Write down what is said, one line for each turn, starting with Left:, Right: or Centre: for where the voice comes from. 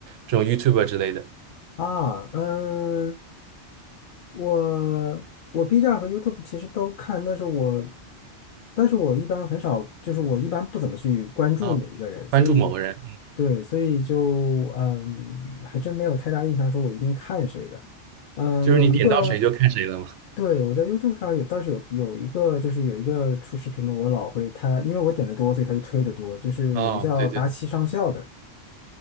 Right: 这种 y o u t u b e 之类的
Left: 啊。嗯，我我 B 站和 YouTube 其实都看，但是我但是我一般很少，就是我一般不怎么去关注哪一个人，
Right: 啊，
Left: 所以
Right: 关注某个人，
Left: 对，所以就嗯，还真没有太大印象，说我一定看谁的。嗯，
Right: 就是你点到谁就看谁了嘛。
Left: 有一个，对，我在 YouTube 上有倒是有有一个，就是有一个出视频的，我老会他，因为我点的多，所以他就推的多，就是有一个叫达奇上校的。
Right: 哦，对对，